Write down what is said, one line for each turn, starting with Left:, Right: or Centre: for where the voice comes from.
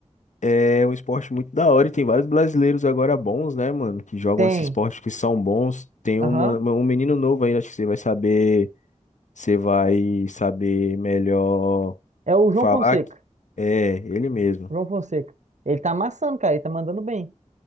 Left: é um esporte muito da hora e tem vários brasileiros agora bons, né, mano, que jogam
Right: Tem.
Left: esse esporte que são bons. Tem
Right: Aham.
Left: uma, um menino novo aí, acho que você vai saber, você vai saber melhor.
Right: É o João
Left: Falar
Right: Fonseca.
Left: que é ele mesmo,
Right: João Fonseca. Ele tá amassando, cara, ele tá mandando bem.